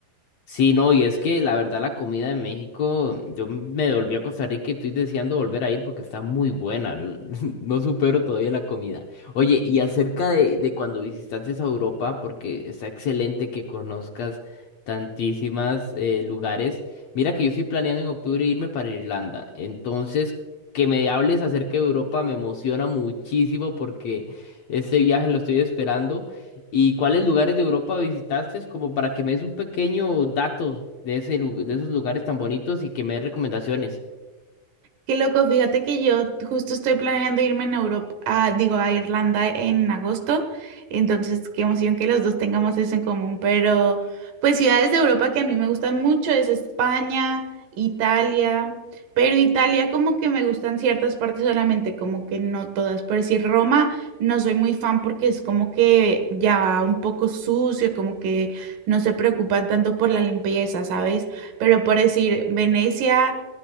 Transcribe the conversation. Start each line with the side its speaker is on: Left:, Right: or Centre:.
Left: Sí, no, y es que la verdad la comida de México, yo me volví a Costa Rica y estoy deseando volver a ir porque está muy buena. l- <laughs> No supero todavía la comida. Oye, y acerca de, de cuando visitaste a Europa, porque está excelente que conozcas tantísimas eh, lugares. Mira que yo estoy planeando en octubre irme para Irlanda. Entonces, que me hables acerca de Europa me emociona muchísimo porque este viaje lo estoy esperando. ¿Y cuáles lugares de Europa visitaste? Como para que me des un pequeño dato de ese, lu- de esos lugares tan bonitos y que me des recomendaciones.
Right: Qué loco, fíjate que yo justo estoy planeando irme en Europa, a- digo, a Irlanda en agosto, entonces qué emoción que los dos tengamos eso en común, pero pues ciudades de Europa que a mí me gustan mucho es España, Italia, pero Italia como que me gustan ciertas partes solamente, como que no todas, por decir Roma no soy muy fan porque es como que ya un poco sucio, como que no se preocupan tanto por la limpieza, ¿sabes? Pero por decir Venecia...